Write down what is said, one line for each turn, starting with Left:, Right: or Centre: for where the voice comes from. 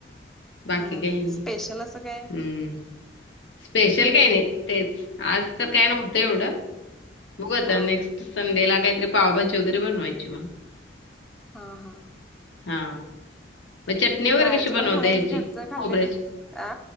Left: बाकी
Centre: हा
Left: काही नाही.
Centre: स्पेशल असं काय?
Left: हम्म. पेशल काय नाही तेच. आज तर काय नव्हतं एवढं. बघू आता
Centre: हा
Left: नेक्स्ट संडेला काहीतरी पावभाजी वगैरे बनवायची मग.
Centre: हा हा.
Left: हा मग चटणी वगैरे
Centre: बाहेरचं
Left: कशी
Centre: पण
Left: बनवता
Centre: खाण्यापेक्षा
Left: हेची
Centre: घरचं खाल्लेलं
Left: खोबऱ्याची?
Centre: आ